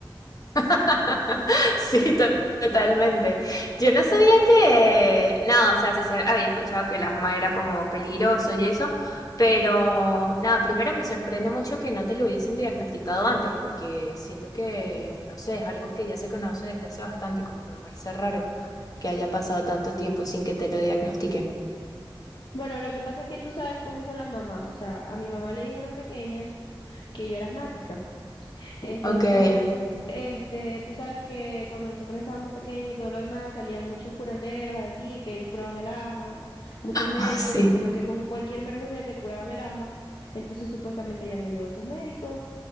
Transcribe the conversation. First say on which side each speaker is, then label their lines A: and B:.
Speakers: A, on the left; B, on the left.
A: <laughs> Sí, to- totalmente. Yo no sabía que, no, o sea, sí sab- había escuchado que el asma era como peligroso y eso, pero nada, primero me sorprende mucho que no te lo hubiesen diagnosticado antes, porque siento que, no sé, es algo que ya se conoce desde hace bastante, como que me parece raro que haya pasado tanto tiempo sin que te lo diagnostiquen.
B: Bueno, lo que pasa es que tú sabes cómo son las mamás, o sea, a mi mamá le dijeron pequeña que yo era asmática. Entonces,
A: Ok, <laughs>
B: este, tú sabes que cuando nosotros estábamos pequeños y todo lo demás, salían muchos curanderos a decir que ellos curaban el asma, muchos médicos
A: ah, sí.
B: diciendo que con cualquier menjurje te curaban el asma. Entonces, supuestamente ella me llevó a esos médicos